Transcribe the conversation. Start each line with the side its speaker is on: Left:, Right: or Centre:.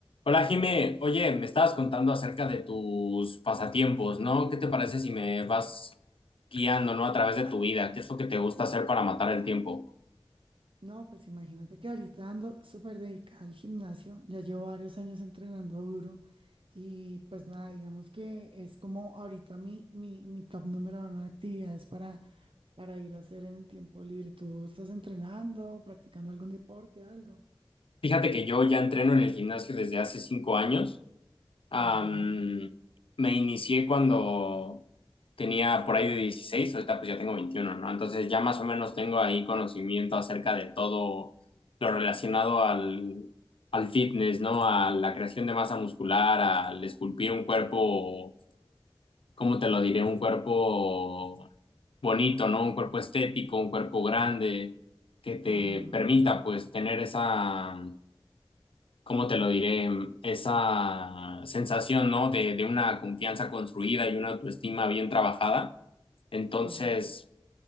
Left: Hola Jime, oye, me estabas contando acerca de tus pasatiempos, ¿no? ¿Qué te parece si me vas guiando, ¿no? A través de tu vida, ¿qué es lo que te gusta hacer para matar el tiempo?
Right: No, pues imagínate que ahorita ando súper dedicada al gimnasio, ya llevo varios años entrenando duro y pues nada, digamos que es como ahorita mi, mi, mi top número uno de actividades para, para ir a hacer en el tiempo libre. ¿Tú estás entrenando, practicando algún deporte, algo?
Left: Fíjate que yo ya entreno en el gimnasio desde hace cinco años. Am,
Right: Ujú.
Left: me inicié cuando tenía por ahí de 16, ahorita pues ya tengo veintiuno ¿no? Entonces ya más o menos tengo ahí conocimiento acerca de todo lo relacionado al, al fitness, ¿no? A la creación de masa muscular, al esculpir un cuerpo, ¿cómo te lo diré? Un cuerpo bonito, ¿no? Un cuerpo estético, un cuerpo grande, que te
Right: Ajá,
Left: permita pues tener esa ¿cómo te lo diré? Mm, Esa sensación, ¿no? De, de una confianza construida y una autoestima bien trabajada. Entonces,
Right: sí,